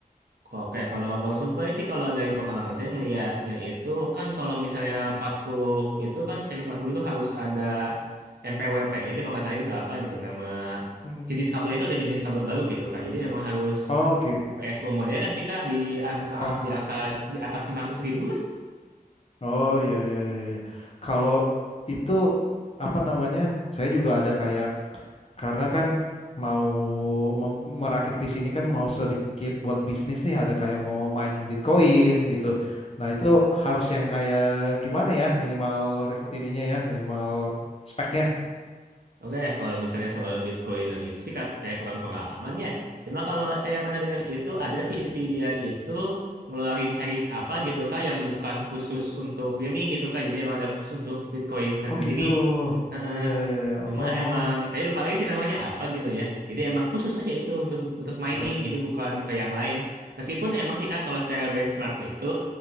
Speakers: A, on the right; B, on the left.
A: Oke, kalau power supply sih kalau dari pengalaman saya ngelihatnya itu kan kalau misalnya 40 itu kan seri 40 itu harus ada MPWP-nya gitu nggak salah gitu apa gitu nama
B: Hmm,
A: jenis kabel itu ada jenis kabel baru gitu Kak. Jadi emang harus
B: Oke.
A: PSU modern kan sih Kak di angka
B: Oh,
A: di angka
B: apa ya?
A: di atas 500 ribu lah.
B: Oh iya iya iya iya. Kalau itu apa namanya? Saya juga ada kayak karena kan mau mem- merakit PC ini kan mau sedikit buat bisnis nih ada kayak mau mining Bitcoin gitu. Nah, itu harus yang kayak gimana ya? Minimal req- ininya ya, minimal speknya.
A: Oke, kalau misalnya soal Bitcoin dan itu sih Kak, saya kurang pengalaman ya. Cuma kalau saya pernah dengar itu ada sih Nvidia itu ngeluarin series apa gitu Kak yang bukan khusus untuk gaming gitu Kak. Jadi emang ada khusus untuk Bitcoin saya
B: Oh
A: sendiri.
B: gitu.
A: Heeh.
B: Iya iya iya.
A: Cuma
B: Oh,
A: emang saya lupa lagi sih namanya apa gitu ya. Jadi emang khusus aja itu untuk untuk mining,
B: coba
A: jadi bukan ke yang lain. Meskipun emang sih Kak kalau secara benchmark itu